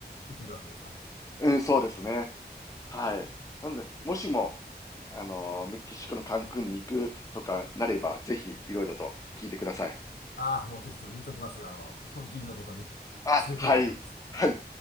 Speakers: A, on the left; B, on the left.
A: いけるわけですな。
B: うん、そうですね。はい。
A: いいですね。
B: なので、もしも、あの、メキシコのカンクンに行くとかなれば、ぜひいろいろと聞いてください。
A: ああ、もうぜひちょっと言うときます。あの、<laughs> 義理の弟に
B: あ、
A: 連れて行けと。
B: はい。はい。